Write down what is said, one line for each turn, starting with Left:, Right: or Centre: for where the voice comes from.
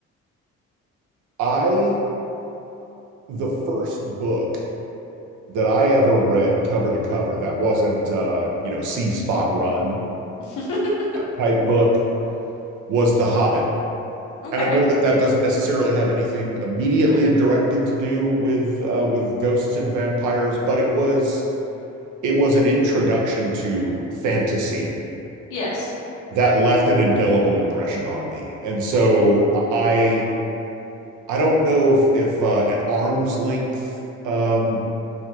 Right: I the first book that I ever read cover to cover that wasn't uh, you know, see spot run
Left: <laughs>
Right: type book was The Hobbit.
Left: Okay.
Right: And I know that that doesn't necessarily have anything immediately and directly to do with uh, with ghosts and vampires, but it was it was an introduction to fantasy
Left: Yes.
Right: that left an indelible impression on me. And so I I don't know if if uh, an arm's length um,